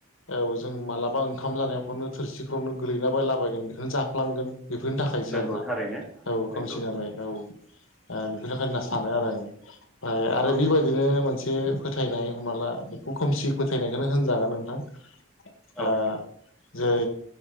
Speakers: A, on the left; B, in the centre.
A: औ जों मालाबा ओंखाम जानायाव बावनो थोरसिफ्रावनो गोलैलाबायलाबायगोन बेखौनो जा जाफ्लांगोन बेफोरनि थाखायसो
B: नंगौ
A: आरोना
B: थारैनो
A: औ
B: नंगौ
A: खोमसिनालाय औ। बेफोरनि थाखाय होनना सानो आरो आङो ओमफ्राय आरो
B: औ
A: बेबायदिनो मोनसे फोथायनाय हमना ला। बेखौ खोमसि फोथायनायखौनो होनजागोन नोंथां।
B: औ
A: ओ जै